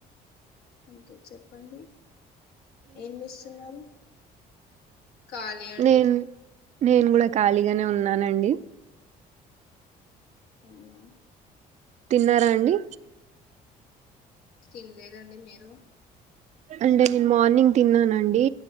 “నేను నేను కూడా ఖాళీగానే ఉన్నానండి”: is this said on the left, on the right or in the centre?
Right